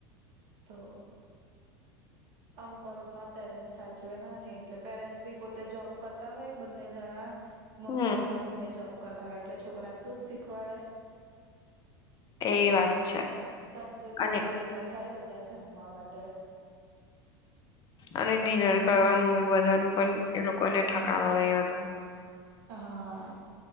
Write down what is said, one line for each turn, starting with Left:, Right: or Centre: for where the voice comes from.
Right: તો. અમુક બાબતમાં પેરેન્ટસ સાચવે ના ને એટલે પેરેન્ટ્સ બી પોતે જોબ કરતા હોય બંને જણા મમ્મી
Left: હમ
Right: પપ્પા બંને જોબ. કરતા હોય એટલે છોકરાને શું જ શીખવાડે.
Left: એ વાત છે
Right: સાંજે ઘર
Left: અને
Right: ભેગા થાય બધા. બધા જમવા માટે.
Left: અને ડિનર કરવાનું એ બધાનું પણ એ લોકોને ઠકાના નહી હતા.
Right: હા